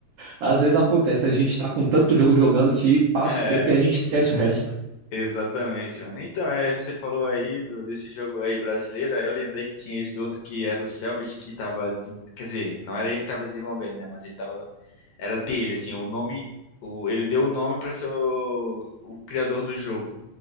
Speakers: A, on the right; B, on the left.
A: às vezes acontece, a gente tá com tanto jogo jogando que passa
B: É,
A: o tempo e a gente esquece o resto.
B: exatamente, mano. Então, é, você falou aí do- desse jogo aí brasileiro, aí eu lembrei que tinha esse outro que era o Cellbit que tava desenvolvendo. Quer dizer, não era ele que tava desenvolvendo, né? Mas ele tava. Era dele, assim, o nome. O, ele deu o nome pra ser o, o criador do jogo.